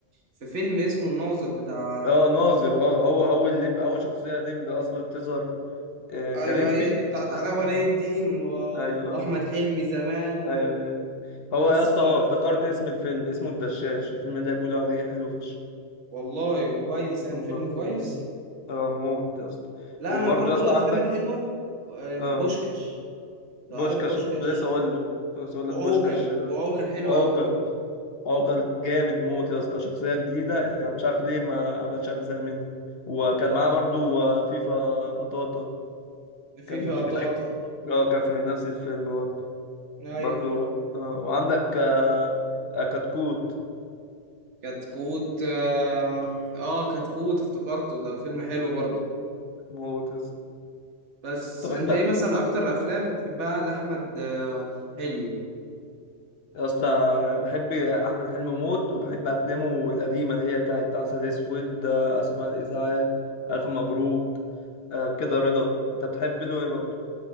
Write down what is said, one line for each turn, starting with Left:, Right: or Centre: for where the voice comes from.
Right: في فيلم اسمه الناظر بتاع
Left: اه ناظر اه هو اول ليمب اول شخصيه ليمب اصلا تظهر آه،
Right: ايوه
Left: كليمبي
Right: هي دي بتاعت علاء ولي
Left: آه،
Right: الدين و...
Left: ايوه اه
Right: واحمد حلمي زمان
Left: ايوه هي دي هو
Right: بس
Left: يا اسطى اه افتكرت اسم الفيلم اسمه الدشاش الفيلم ده بيقولوا عليه حلو فشخ
Right: والله كويس يعني
Left: الله
Right: فيلم كويس
Left: اه آه، موت يا اسطى
Right: لا
Left: وبرضه
Right: انا برضو
Left: يا اسطى
Right: افلام
Left: عندك
Right: الحلوه آه،
Left: اه
Right: بوشكش
Left: بوشكاش
Right: لو عارف بوشكش
Left: كنت لسه اقول لك كنت لسه اقول
Right: وعوكل
Left: لك بوشكاش آه،
Right: وعوكل حلو
Left: عوكل
Right: قوي برضو
Left: عوكل جامد موت يا اسطى شخصية جديدة يعني مش عارف ليه ما عملش اجزاء منها وكان معاه برضه آه، فيفا قطاطا
Right: في
Left: كان
Right: فيها
Left: مش
Right: طاطا
Left: اه كان في نفس الفيلم برضه
Right: ايوه
Left: برضه آه. وعندك آه، آه، كتكوت
Right: كتكوت اه آه، كتكوت افتكرته ده فيلم حلو برضو
Left: موت يا اسطى
Right: بس
Left: طب
Right: انت
Left: انت
Right: ايه مثلا اكتر افلام بتحبها لاحمد آه، حلمي
Left: يا اسطى انا بحب احمد حلمي موت وبحب افلامه القديمه اللي هي بتاعت عسل اسود آه، اسف على الازعاج الف مبروك آه، كده رضا انت بتحب له ايه برضه